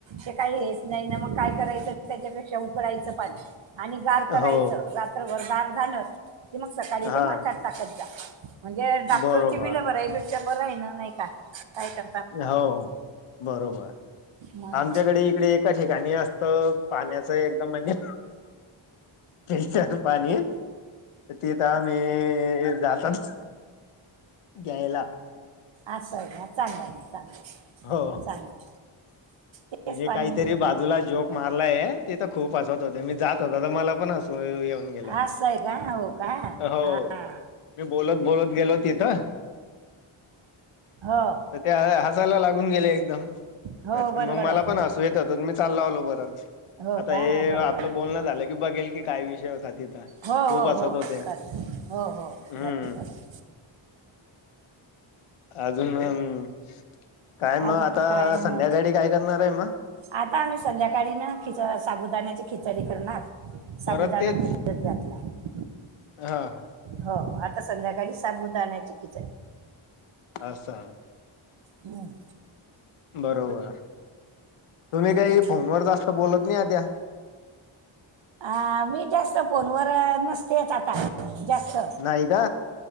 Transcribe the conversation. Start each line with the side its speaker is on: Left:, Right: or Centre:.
Right: ते काही हेच नाही ना मग काय करायचं त्याच्यापेक्षा उकडायचं पाणी. आणि गार करायचं,
Left: हो
Right: रात्रभर गार झालं की मग सकाळी
Left: हा
Right: ते माठात टाकत जा. म्हणजे डॉक्टरची
Left: बरोबर
Right: बिलं, भरायपेक्षा बरं आहे ना नाही का काय कर.
Left: हो बरोबर
Right: मग
Left: आमच्याकडे इकडे एका ठिकाणी अस तर पाण्याच एकदम म्हणजे, तेन चार पाणी तिथं आमी जातात घ्यायला.
Right: असंय का चांगलंय ना चांगलं
Left: हो
Right: चांगलं. तेच
Left: हे
Right: पाणी
Left: काहीतरी
Right: यूज करायचं
Left: बाजूला जोक मारलाय ते त खूप हसत होते मी जात होतो त मला पण हसं -सुय येऊन गेलं
Right: असं आहे का हो का
Left: हो.
Right: हां
Left: मी बोलत बोलत गेलो तिथं.
Right: हो
Left: त ते ह हसायला लागून गेले एकदम.
Right: हो बरोबर
Left: मग मला
Right: आहे
Left: पण
Right: हो
Left: हसू येत होतं त मी चालला आलो परंत
Right: हो
Left: आता
Right: का
Left: हे
Right: बरोबर
Left: आपलं
Right: आहे
Left: बोलणं झालं की बघेल की काय विषय होता तिथं.
Right: हो
Left: खूप
Right: हो
Left: हसत
Right: हो
Left: होते
Right: खरं हो हो
Left: हम्म
Right: बरं बरं.
Left: अजून हम्म. काय म
Right: अजून
Left: आता
Right: काय
Left: संध्याकाळी
Right: ना
Left: काय करणाराय म?
Right: आता आम्ही संध्याकाळी न साबुदाण्याची खिचडी करणार. साबुदाणा
Left: परत तेच
Right: भिजत घातलाय
Left: हा.
Right: हो आता संध्याकाळी साबुदाण्याची खिचडी.
Left: असा.
Right: हम्म.
Left: बरोबर तुम्ही काही
Right: तेच
Left: फोनवर
Right: आहे.
Left: जास्त बोलत नी आत्या.
Right: आ मी जास्त फोनवर नसतेच आता जास्त.
Left: नाही का